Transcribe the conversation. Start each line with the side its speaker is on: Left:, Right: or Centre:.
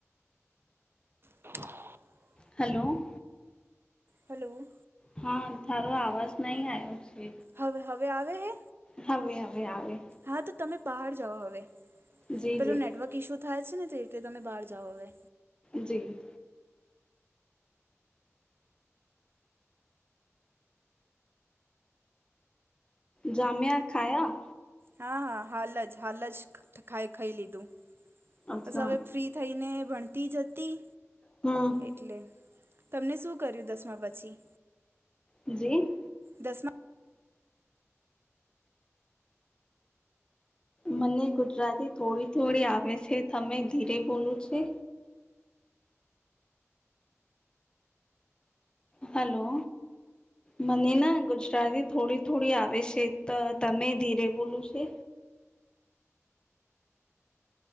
Right: <inaudible>
Left: hello.
Right: Hello.
Left: હા તારો આવાજ નહી આવ્યો છે.
Right: હવે હવે આવે હે
Left: હવે હવે આવે
Right: હા તો તમે બહાર જાઓ હવે
Left: જી
Right: પેલો
Left: જી
Right: નેટવર્ક ઇસ્યુ થાય છે ને તેટલે તમે બહાર જાઓ હવે
Left: જી જામ્યા ખાયા
Right: હા હા હાલ જ હાલ જ ખાઈ ખાઈ લીધું
Left: અચ્છા
Right: બસ હવે ફ્રી થઈને ભણતી જ હતી
Left: હમ્મ
Right: એટલે તમને શું કર્યું દસમા પછી
Left: જી
Right: દસમા
Left: મને ગુજરાતી થોડી થોડી આવે છે તમે ધીરે બોલું છે હલો. મને ના ગુજરાતી થોડી-થોડી આવે છે, તો તમે ધીરે બોલું છે.